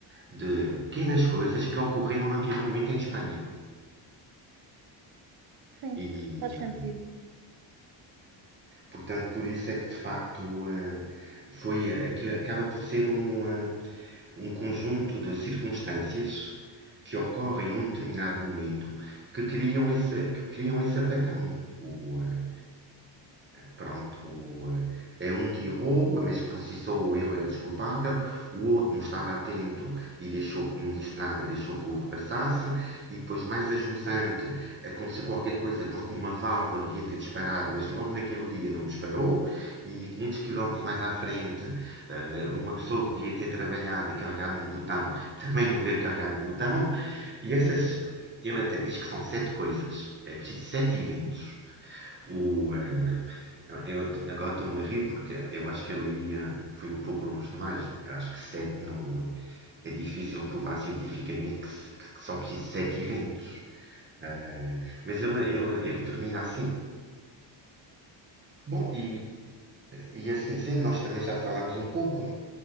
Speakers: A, on the right; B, on the right.
A: de pequenas coisas que ocorreram naquele momento em Espanha.
B: Sim,
A: E
B: faz
A: eh,
B: sentido.
A: Portanto, por isso é que de facto eh, foi eh, aquilo acaba por ser um, eh, um conjunto de circunstâncias que ocorrem num determinado momento que criam esse, que criam esse apagão. O, eh, Pronto, é é um que errou, mas processou o erro, era desculpável. O outro não estava atento e deixou, não disse nada, deixou que o erro passasse. E depois, mais a aconteceu qualquer coisa porque uma válvula devia ter disparado, mas logo naquele dia não disparou. E 500 km mais à frente, eh, uma pessoa que devia ter trabalhado e carregado num botão também não veio carregar no botão. E essas, ele até diz que são sete coisas. É preciso sete eventos. O, eh, eu t- agora estou-me a rir porque eu acho que ele ia, foi um pouco longe demais. Acho que sete não. É difícil provar cientificamente que, se- que- que são precisos sete eventos. Ah, mas ele, ele, ele termina assim. Bom, e, e, e assim sendo, nós também já falámos um pouco.